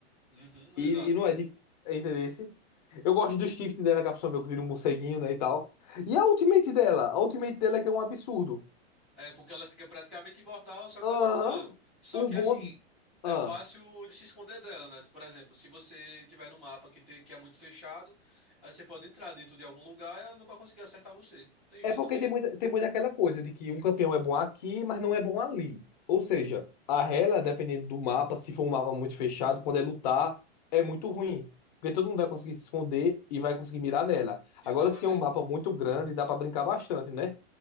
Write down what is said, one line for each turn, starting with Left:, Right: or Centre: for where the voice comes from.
Centre: Uhum,
Left: E,
Centre: exato.
Left: e não é difícil, entendeu? Eu gosto do shift dela, que a pessoa meio que vira um morceguinho, né, e tal. E a ultimate dela? A ultimate dela é que é um absurdo.
Centre: É, porque ela fica praticamente imortal, só
Left: Aham.
Centre: que dá muito dano. Só
Left: O
Centre: que
Left: bom.
Centre: assim, é
Left: Ah.
Centre: fácil de se esconder dela, né? Por exemplo, se você tiver num mapa que, te- que é muito fechado, aí você pode entrar dentro de algum lugar e ela não vai conseguir acertar você. Tem
Left: É
Centre: isso
Left: porque
Centre: também,
Left: tem
Centre: né?
Left: muita, tem muita aquela coisa de que um campeão é bom aqui, mas não é bom ali. Ou seja, a Rela, dependendo do mapa, se for um mapa muito fechado, quando é lutar, é muito ruim. Porque todo mundo vai conseguir se esconder e vai conseguir mirar nela.
Centre: Exatamente.
Left: Agora, se é um mapa muito grande, dá pra brincar bastante, né?